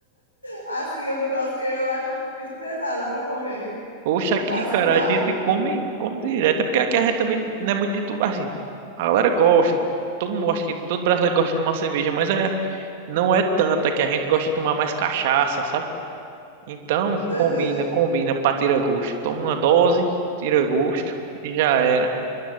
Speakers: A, on the right; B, on the right.
A: assim eu não gosto, porque eu acho muito pesado pra comer.
B: oxe, aqui,
A: Eu passo
B: cara,
A: mal.
B: a gente come, come direto. É porque aqui a gente também não é muito de tudo. Assim, a galera gosta. Todo mundo acha que todo brasileiro gosta de tomar cerveja, mas é, não é tanta que a gente gosta de tomar mais cachaça, sabe? Então,
A: Aham.
B: combina, combina pra tirar gosto. Toma uma dose, tira gosto e já era.